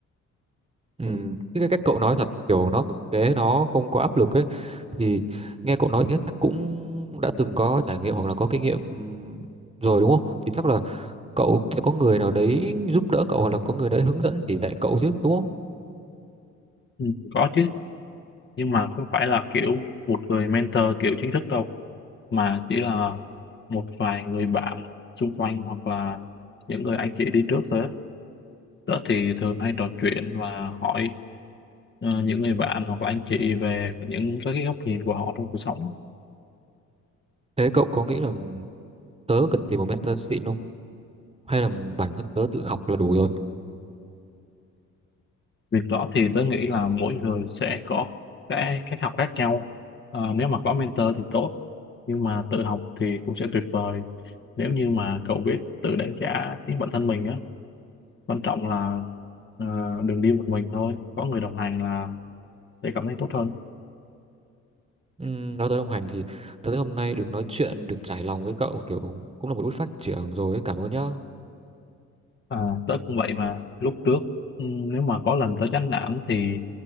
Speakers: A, on the right; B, on the left.
A: ừ, cái cách cậu nói thật kiểu nó thực tế nó không có áp lực ấy thì nghe cậu nói thế chắc cũng đã từng có trải nghiệm hoặc là có kinh nghiệm ừm, rồi đúng không thì chắc là cậu sẽ có người nào đấy giúp đỡ cậu hoặc là có người đấy hướng dẫn chỉ dạy cậu chứ đúng không
B: ừ, có chứ nhưng mà không phải là kiểu một người mentor kiểu chính thức đâu mà chỉ là một vài người bạn xung quanh hoặc là những người anh chị đi trước thôi á tớ thì thường hay trò chuyện và hỏi ờ, những người bạn hoặc là anh chị về những cái góc nhìn của họ trong cuộc sống
A: thế cậu có nghĩ là tớ cần tìm một mentor xịn không hay là bản thân tớ tự học là đủ rồi
B: việc đó thì tớ nghĩ là mỗi người sẽ có cái cách học khác nhau Ờ, nếu mà có mentor thì tốt nhưng mà tự học thì cũng sẽ tuyệt vời nếu như mà cậu biết tự đánh giá chính bản thân mình á quan trọng là ờ, đừng đi một mình thôi có người đồng hành là để cảm thấy tốt hơn
A: Ừm, nói tới đồng hành thì tớ thấy hôm nay được nói chuyện được trải lòng với cậu kiểu cũng là một bước phát triển rồi ấy. cảm ơn nhá
B: à, tớ cũng vậy mà lúc trước ừ, nếu mà có lần tớ chán nản thì